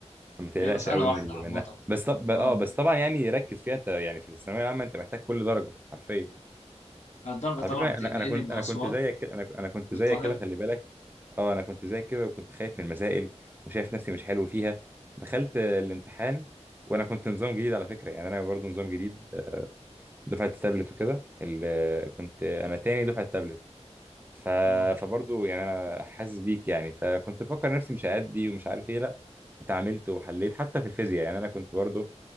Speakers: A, on the right; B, on the left.
A: فما تقلقش
B: هي مسألة
A: قوي
B: واحدة
A: من ال-
B: عامة
A: منها بس طب اه
B: اه
A: بس طبعا يعني ركز فيها انت يعني في الثانويه العامه انت محتاج كل درجه حرفيا
B: الدرجة
A: على
B: طبعا
A: فكره انا
B: تنقلني
A: انا كنت
B: من
A: انا
B: أسوان
A: كنت زيك كده- انا انا كنت
B: للقاهرة
A: زيك كده خلي بالك اه انا كنت زيك كده وكنت خايف من المسائل وشايف نفسي مش حلو فيها دخلت آه، الامتحان وانا كنت نظام جديد على فكره يعني انا برضو نظام جديد آه، دفعه التابلت وكده ال- آه، كنت انا تاني دفعه التابلت ف...
B: اه
A: فبرضو يعني انا حاسس بيك يعني فكنت بفكر نفسي مش هأدي ومش عارف ايه لا اتعاملت وحليت حتى في الفيزياء يعني انا كنت برضو